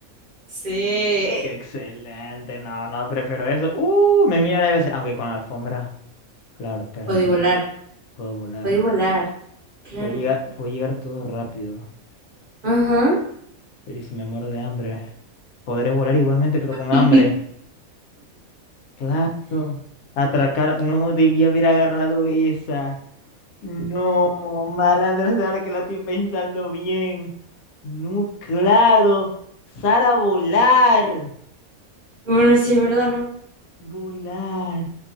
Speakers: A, on the right (about 45°); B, on the left (about 85°).
A: Sí.
B: ¡Qué excelente! No, no, prefiero eso. ¡Uh! Me miran a veces, aunque con la alfombra. Claro, espérate,
A: Podí volar.
B: puedo volar.
A: Podí volar. Claro.
B: Puedo llegar, puedo llegar todo rápido.
A: Ajá.
B: Pero ¿y si me muero de hambre? Podré volar igualmente, pero con hambre.
A: <laughs>
B: Claro. Atracar. No, debí haber agarrado esa. No, malandra ahora que lo estoy pensando bien. No, claro. Sara, volar.
A: Bueno, sí, es verdad, ¿no?
B: Volar.